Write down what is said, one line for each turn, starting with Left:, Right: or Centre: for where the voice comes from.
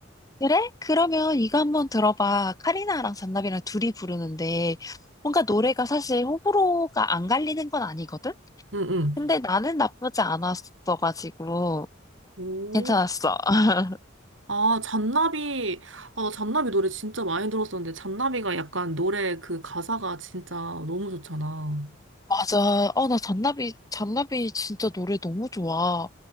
Left: 그래? 그러면 이거 한번 들어봐. 카리나랑 잔나비랑 둘이 부르는데 뭔가 노래가 사실 호불호가 안 갈리는 건 아니거든?
Right: 응, 응.
Left: 근데 나는 나쁘지 않았어가지고
Right: 오,
Left: 괜찮았어. <laughs>
Right: 아, 잔나비, 아, 나 잔나비 노래 진짜 많이 들었었는데, 잔나비가 약간 노래 그 가사가 진짜 너무 좋잖아.
Left: 맞아. 어, 나 잔나비, 잔나비 진짜 노래 너무 좋아.